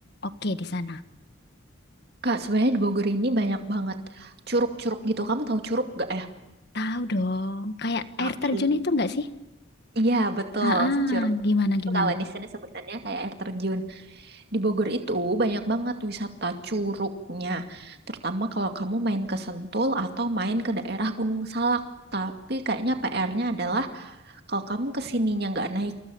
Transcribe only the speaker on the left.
oke di sana?
Tahu dong, kayak
air terjun itu nggak sih?
Ah, ah,
gimana gimana?